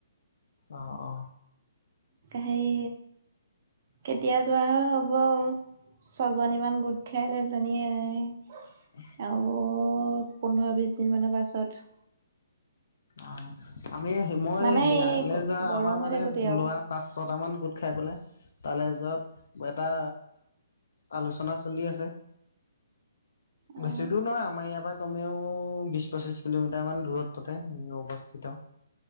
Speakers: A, on the left; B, on the right.
A: অ অ
B: হেৰি কেতিয়া যোৱা হয় হ'ব ছজনীমান গোট খাই‌ লৈ পেনিয়েই
A: <unintelligible>
B: আৰু পোন্ধৰ-বিছ দিনমানৰ পাছত
A: অহ আমি সেই মই
B: মানে
A: সেয়ালে
B: এই
A: যোৱা
B: গৰম
A: আমাৰ
B: হৈ
A: মানে
B: থাকোতে আৰু
A: লোৱা পাঁচ-ছটামান গোট খাই পেলাই তালে যোৱা এটা আলোচনা চলি আছে।
B: অ',
A: বেছি দূৰ নহয় আমাৰ ইয়াৰ পৰা কমেও বিশ-পঁচিশ কিলোমিটাৰ মান দূৰত তে অৱস্থিত